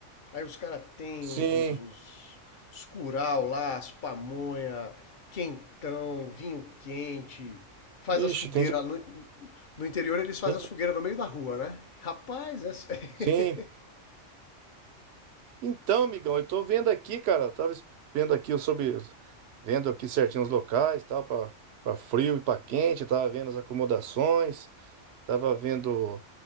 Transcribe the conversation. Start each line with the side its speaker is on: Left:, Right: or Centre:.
Left: Aí os caras têm
Right: sim.
Left: os, os, os, os curau lá, as pamonha, quentão, vinho quente. Faz as
Right: Ixi,
Left: fogueiras.
Right: tem de,
Left: No, no interior eles fazem
Right: tem de-
Left: as fogueiras no meio da rua, né? Rapaz, é,
Right: Sim.
Left: <laughs>
Right: Então, amigão, eu tô vendo aqui, cara, tava es- vendo aqui sobre, vendo aqui certinho os locais, tal, pra, para frio e pra quente, tava vendo as acomodações, tava vendo